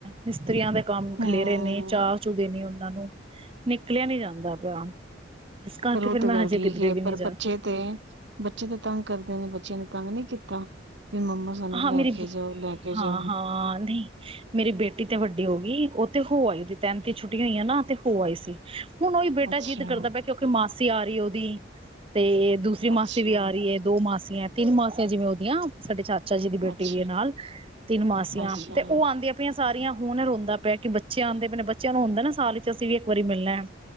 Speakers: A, on the right; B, on the right.
A: ਮਿਸਤਰੀਆ ਦਾ ਕੰਮ ਖਲੇਰੇ
B: ਹਾਂ।
A: ਨੇ ਚਾਚੂ ਦੇਣੀ ਹੁੰਦੀ ਹਨਾਂ ਨੂੰ ਨਿਕਲਿਆ ਨੀ ਜਾਂਦਾ ਪਿਆ। ਇਸ ਕਰਕੇ
B: ਪਰ ਉਹ
A: ਫਿਰ
B: ਤਾਂ
A: ਮੈਂ
B: ਗੱਲ
A: ਹਜੇ
B: ਠੀਕ
A: ਕਿਧਰੇ
B: ਹ
A: ਵੀ ਨੀ
B: ਪਰ
A: ਜਾ
B: ਬੱਚੇ ਤੇ ਬੱਚੇ ਤੇ ਤੰਗ ਕਰਦੇ ਨੇ ਤੈਨੂੰ ਤੰਗ ਨਹੀਂ ਕੀਤਾ। ਵੀ ਮੰਮਾ ਸਾਨੂੰ
A: ਹਾਂ
B: ਲੈ
A: ਮੇਰੀ
B: ਕੇ ਜਾਓ, ਲੈ ਕੇ
A: ਹਾਂ
B: ਜਾਓ,
A: ਹਾਂ ਨਹੀਂ ਮੇਰੀ ਬੇਟੀ ਤੇ ਵੱਡੀ ਹੋ ਗਈ। ਤੇ ਹੋ ਆਈ ਉਹਦੀ ਤੈਨਥ ਛੁੱਟੀ ਹੋਈਆਂ ਨਾ ਤੇ ਹੋ ਆਈ ਸੀ। ਹੁਣ ਉਹ ਬੇਟਾ
B: ਅੱਛਾ।
A: ਜੀਤ ਕਰਦਾ ਪਿਆ ਕਿਉਂਕਿ ਮਾਸੀ ਆ ਰਹੀ ਉਹਦੀ ਤੇ ਦੂਸਰੀ
B: ਅੱਛਾ,
A: ਮਾਸੀ ਵੀ ਆ ਰਹੀ ਹ ਦੋ ਮਾਸੀ ਤਿੰਨ ਮਾਸੀਆਂ ਜਿਵੇਂ ਉਹਦੀਆਂ ਸਾਡੇ ਚਾਰ ਚਾਚਾ ਜੀ ਦੀ ਬੇਟੀ
B: ਅੱਛਾ,
A: ਵੀ ਨਾਲ ਤਿੰਨ ਮਾਸੀਆਂ
B: ਅੱਛਾ,
A: ਤੇ ਉਹ ਆਉਂਦੀਆਂ ਪ ਸਾਰੀਆਂ ਹੁਣ ਰੋਂਦਾ ਪਿਆ ਕਿ ਬੱਚਿਆਂ ਆਉਂਦੇ ਨੇ ਬੱਚਿਆਂ ਨੂੰ ਹੁੰਦਾ ਨਾ ਸਾਲ ਚ ਅਸੀਂ ਵੀ ਇੱਕ ਵਾਰੀ ਮਿਲਣਾ।